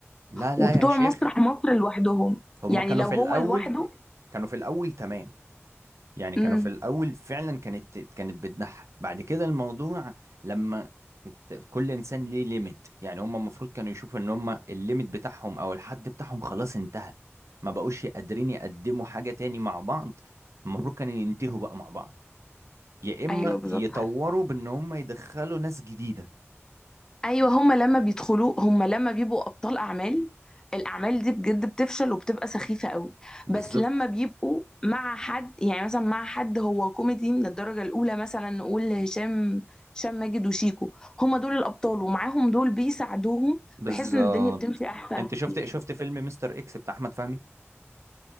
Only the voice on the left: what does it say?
وبتوع
مسرح مصر لوحدهم
يعني
لو
هو
لوحده
امم
ايوه بالظبط
ايوه هما لما بيدخلوا هما لما بيبقوا ابطال اعمال الاعمال دي بجد بتفشل وبتبقى سخيفه قوي
بس لما بيبقوا مع حد يعني مثلا مع حد هو كوميدي من الدرجه الاولى مثلا نقول هشام هشام ماجد وشيكو هما دول الابطال ومعاهم دول بيساعدوهم
بحيث ان الدنيا بتمشي احسن
كتير